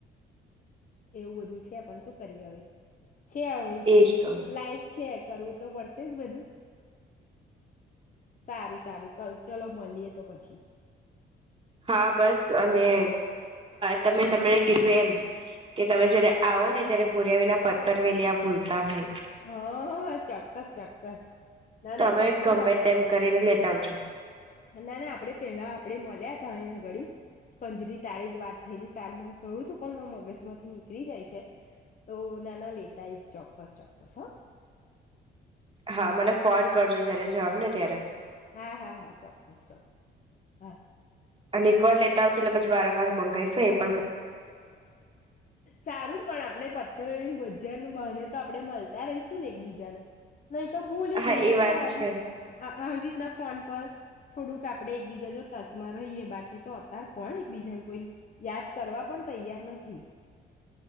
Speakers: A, on the left; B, on the right.
A: એવું બધું છે, પણ શું કરીએ હવે છે હવે,
B: એજ તો
A: લાઈફ છે. કરવું તો પડશેજ બધું. સારું સારું ચલો મળીએ તો પછી
B: હા, બસ અને
A: ગુડ નાઈટ
B: તમે
A: હમ
B: તમને કીધું એમ કે તમે જયારે આવો ને ત્યારે ભુર્યા વિના પથર વેલી્યા ભૂલતા નઈ.
A: હા, ચોક્કસ ચોક્કસ ના
B: તમે
A: ના સાચી
B: ગમે
A: વાત
B: તેમ કરીને લેતા આવજો.
A: નાના આપડે પેલા આપડે માલીયા હતા અહીંયા અગાડી, કંજરી તારે જ વાત થઈ તારે મને કહું તું પણ મગજ માંથી નીકળી જાય છે, તો નાના લેતાઈશ ચોક્કસ ચ કસ હા
B: હા, મને ફોન કરજો જયારે જાવ ને ત્યારે
A: હા, હા, હા, ચોક્કસ ચોક હા
B: અને એક વાર લેતા આવશે એટલે પછી વારંવાર મંગાવાઈશ
A: સારું પણ આપ આપડે પથ્થરોું ભજન બને, તો આપડે મલતા રહીશું ને એકબીજાને નહી તો ભૂલી
B: હા
A: જઈએ
B: એ વાત
A: કેવું આપડુ,
B: છે
A: હા. આવી રીતના ફોન પર થોડુંક આપડે એકબીજા જો ટચમાં રહીએ, બાકી તો અત્યારે કોણ એકબીજાને કોઈ યાદ કરવા પણ તૈયાર નથી